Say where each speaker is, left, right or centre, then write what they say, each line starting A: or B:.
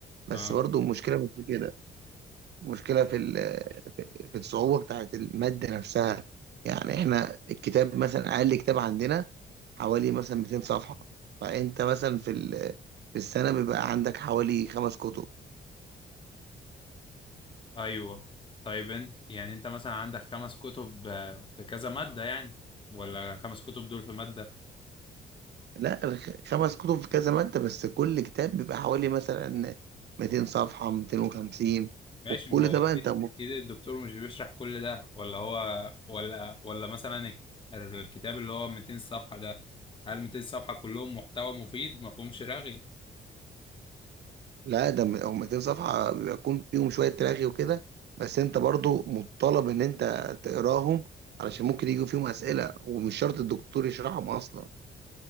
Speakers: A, on the left; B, on the right.
A: اه
B: بس برضو المشكلة مش في كده مشكلة في ال- في في الصعوبة بتاعت المادة نفسها يعني احنا الكتاب مثلا اقل كتاب عندنا حوالي مثلا 200 صفحة فانت مثلا في ال- في السنة بيبقى عندك حوالي خمس كتب
A: ايوه طيب انت يعني انت مثلا عندك خمس كتب آه، في كذا مادة يعني ولا خمس كتب دول في مادة
B: لا الخ- خمس كتب في كذا مادة بس كل كتاب بيبقى حوالي مثلا 200 صفحة 250
A: ماشي
B: وكل
A: ما هو
B: ده
A: اكيد
B: بقى انت
A: اكيد الدكتور مش بيشرح كل ده ولا هو ولا ولا مثلا الك- الكتاب اللي هو 200 صفحة ده هل 200 صفحة كلهم محتوى مفيد ما فيهمش رغي
B: لا ده م- هم 200 صفحة بيكون فيهم شوية تلاغي وكده بس انت برضو مطالب ان انت تقراهم علشان ممكن يجوا فيهم اسئلة ومش شرط الدكتور يشرحهم اصلا